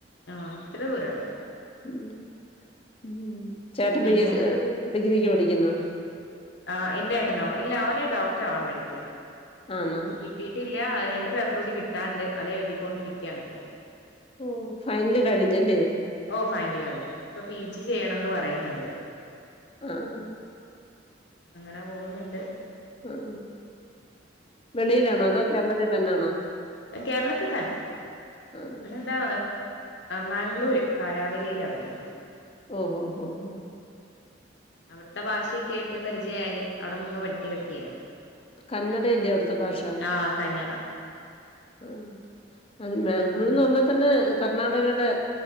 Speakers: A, on the left; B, on the left.
A: ആഹ് ഇത്ര ദൂരംണ്ട്
B: ഉം ഉം ചേട്ടൻ
A: പിന്നെ
B: പ ഡിഗ്രിക്ക് പടിക്കുന്നോ
A: ആഹാ എന്റെ ഏട്ടനോ ഇല്ല അവനെ ഡോക്ടർവാൻ പഠിക്ക
B: ആണോ
A: കിട്ടീട്ടില്ല രണ്ട് പേപ്പർ കൂടി കിട്ടാണ്ട് അത എഴുതിക്കൊണ്ടിരിക്കുകയാണ്ഇപ്പോൾ
B: ഓ ഫൈനല് കഴിഞ്ഞല്ലേ
A: ഓഹ് ഫൈനലി കയ്ഞ്ഞു ഇപ്പൊ പി ജി ചെയ്യണംന്ന് പറയുന്നുണ്ട്
B: ആഹ്
A: അങ്ങനെ പോകുന്നുണ്ട്
B: ആഹ് വെളിയിലാണോ അതോ കേരളത്തിൽ തന്നെയാണോ
A: കേരളത്തി ത്തന്നെ
B: ആഹ്
A: ഒഹ് എന്താ മാംഗ്ലൂര് കാരാവലിയിലാ പഠിക്കുന്നത്
B: ഓഹ് ഓഹ് ഓഹ്
A: അവിടുത്തെ ഭാഷയൊക്കെ ആയിട്ട് പരിചയായി അവിടെ നിന്ന് പഠിക്കലൊക്കെ ആയിരുന്നു
B: കന്നഡയില്ലേ അവിടുത്തെ ഭാഷ
A: ആഹ് കന്നഡ
B: ഉം ബാംഗ്ലൂർന്ന് പറഞ്ഞാൽ തന്നെ കർണാടകയുടെ